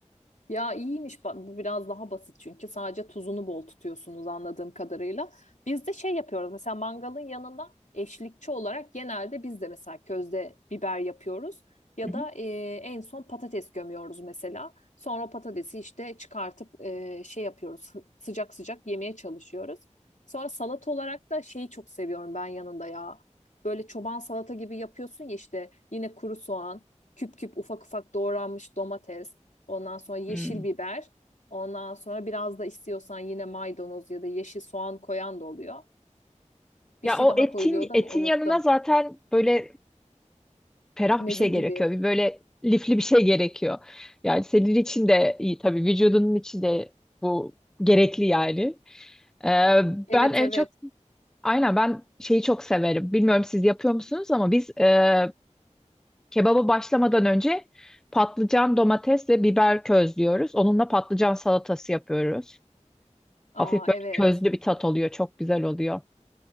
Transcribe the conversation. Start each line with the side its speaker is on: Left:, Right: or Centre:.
Left: Ya iyiymiş ba- bu biraz daha basit çünkü sadece tuzunu bol tutuyorsunuz anladığım kadarıyla. Biz de şey yapıyoruz mesela mangalın yanında eşlikçi olarak genelde biz de mesela közde biber yapıyoruz ya
Centre: Hı hı.
Left: da e, en son patates gömüyoruz mesela. Sonra o patatesi işte çıkartıp e, şey yapıyoruz hı- sıcak sıcak yemeye çalışıyoruz. Sonra salat olarak da şeyi çok seviyorum ben yanında ya. Böyle çoban salata gibi yapıyorsun ya işte yine kuru soğan, küp küp ufak ufak doğranmış domates. Ondan sonra yeşil
Centre: Hmm.
Left: biber. Ondan sonra biraz da istiyorsan yine maydanoz ya da yeşil soğan koyan da oluyor. Bir
Centre: Ya
Left: şey
Centre: o
Left: daha
Centre: etin
Left: koyuluyordu
Centre: etin
Left: ama unuttum.
Centre: yanına zaten böyle ferah
Left: Meze
Centre: bir şey
Left: gibi.
Centre: gerekiyor. Bir böyle lifli bir şey gerekiyor. Yani senin için de iyi tabii vücudunun için de bu gerekli yani. Ee,
Left: Evet
Centre: ben en
Left: evet.
Centre: çok aynen ben şeyi çok severim. Bilmiyorum siz yapıyor musunuz ama biz e, kebaba başlamadan önce patlıcan, domates ve biber közlüyoruz. Onunla patlıcan salatası yapıyoruz.
Left: Aa
Centre: Hafif böyle
Left: evet.
Centre: közlü bir tat oluyor. Çok güzel oluyor.